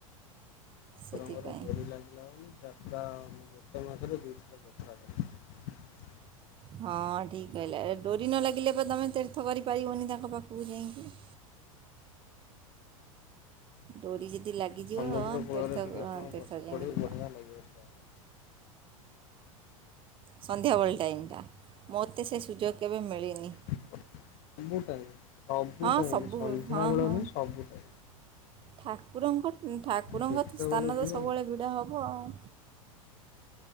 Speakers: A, on the left; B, on the right.
A: ଠାକୁରଙ୍କର
B: ସେଥିପାଇଁ
A: ଡୋରି ଲାଗିଲା ବୋଲି। ଯାତ୍ରା ଗୋଟେ ମାସରେ ଦୁଇଥର ଯାତ୍ରା କଲି।
B: ହଁ ଠିକ୍ କହିଲ ଏ ଡୋରି ନ ଲାଗିଲେ ବା ତମେ ତୀର୍ଥ କରିପାରିବନି ତାଙ୍କ ପାଖକୁ ଯାଇକି। <inaudible> ଡୋରି ଯଦି ଲାଗିଯିବ
A: ସମୁଦ୍ର କୂଳରେ
B: ତୀର୍ଥ
A: ଟିକେ ସମୟ
B: ତୀର୍ଥ
A: ବସି
B: ଯାଇକି
A: ପଡି
B: ଯିବ
A: ବଢିଆ ଲାଗିବ <unintelligible>
B: ସନ୍ଧ୍ୟାବେଳେ ଟାଇମ୍ ମୋତେ ସେ ସୁଯୋଗ କେବେ ମିଳିନି
A: ସବୁ ଟାଇମ୍ ସବୁ
B: ହଁ
A: ଟାଇମ୍
B: ସବୁବେଳେ
A: ସନ୍ଧ୍ୟାବେଳ
B: ହଁ ହଁ
A: ନୁହଁ। ସବୁ ଟାଇମ୍।
B: ଠାକୁରଙ୍କ ଠାକୁରଙ୍କ
A: ଯେତେବେଳେ
B: ସ୍ଥାନ
A: ଯିବ
B: ତ ସବୁବେଳେ ଭିଡ଼ ହ ହଁଉ